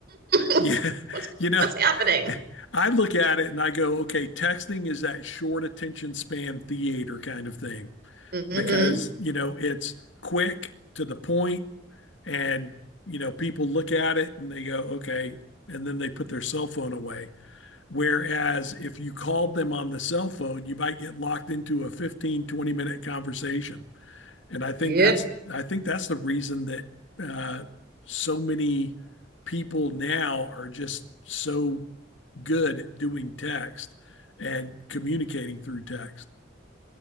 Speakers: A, on the right; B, on the left.
A: <laughs>
B: Yeah, <laughs>
A: what's
B: you know,
A: what's happening?
B: I look at it and I go, okay, texting is that short attention span theater kind of thing
A: Mm-hmm.
B: because, you know, it's quick to the point and, you know, people look at it and they go, okay, and then they put their cell phone away. Whereas if you called them on the cell phone, you might get locked into a 15 20 minute conversation. And I think
A: Yep.
B: that's I think that's the reason that uh, so many people now are just so good at doing text and communicating through text.